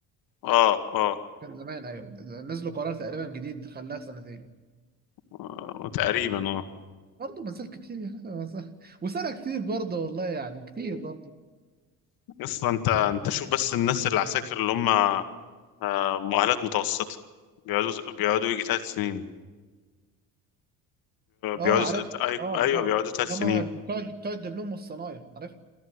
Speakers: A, on the left; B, on the right.
A: اه اه
B: كان زمان ايوه نزلوا قرار تقريبا جديد خلاها سنتين
A: آه، تقريبا اه
B: برضه ما زال كتير يعني <laughs> وسنه كتير برضه والله يعني كتير برضه
A: اصلا انت انت شوف بس الناس اللي العساكر اللي هم آه، مؤهلات متوسطة بيقعدوا بيقعدوا يجي ثلاث سنين
B: اه
A: بيقعدوا ست-
B: عارف
A: ايوه
B: اه
A: ايوه
B: اه
A: بيقعدوا ثلاث سنين
B: لما بتوع بتوع الدبلوم والصنايع عارف